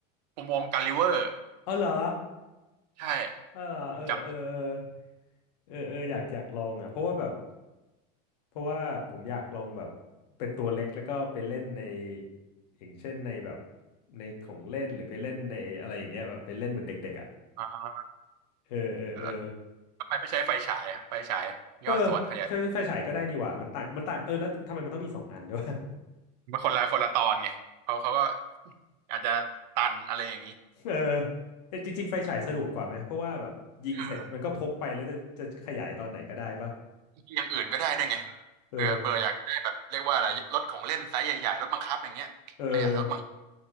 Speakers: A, on the right; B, on the left.
A: อุโมงค์กาลิเวอร์
B: อ๋อเหรอ
A: ใช่
B: อ่าเออเออเออ
A: ผมจ
B: เออเอออยากอยากลองอ่ะเพราะว่าแบบเพราะว่าผมอยากลองแบบเป็นตัวเล็กแล้วก็ไปเล่นในอย่างเช่นในแบบในของเล่นหรือไปเล่นในอะไรอย่างเงี้ยแบบไปเล่นเหมือนเด็กๆอ่ะ
A: ำอ่า
B: เออเออเออ
A: แล้วทำไมไม่ใช้ไฟฉายอะไฟฉายย่อส่วนขยาย
B: เออใช้ไฟฉายก็ได้นี่หว่ามันต่างมันต่างเออแล้วทำไมมันต้องมีสองอันด้วยวะ
A: มันคนละคนละตอนไงเขาเขาก็อาจจะตันอะไรอย่างนี้
B: เออแต่จริงๆไฟฉายสะดวกกว่าไหมเพราะว่าแบบยิงเสร็จมันก็พกไปแล้วจะจะขยายตอนไหนก็ได้ปะ
A: เอออย่างอื่นก็ได้ได้วยไง
B: เออ
A: เผื่อเผื่ออยากได้แบบเรียกว่าอะไรรถของเล่นไซส์ใหญ่ๆรถบังคับอย่างเงี้ยขยายรถบังคับ
B: เออ